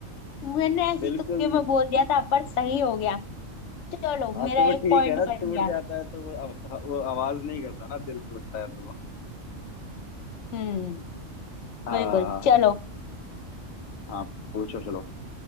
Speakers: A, on the left; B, on the left.
A: मैंने ऐसे
B: बिल्कुल
A: ही तुक्के में बोल दिया था पर सही हो गया चलो
B: हाँ
A: मेरा
B: तो वो
A: एक
B: ठीक
A: पॉइंट
B: है ना
A: बन
B: टूट
A: गया
B: जाता है तो वो आव- वो आवाज नहीं करता ना दिल टूटता है तो वो
A: हम्म
B: हाँ
A: बिल्कुल चलो
B: हाँ पूछो चलो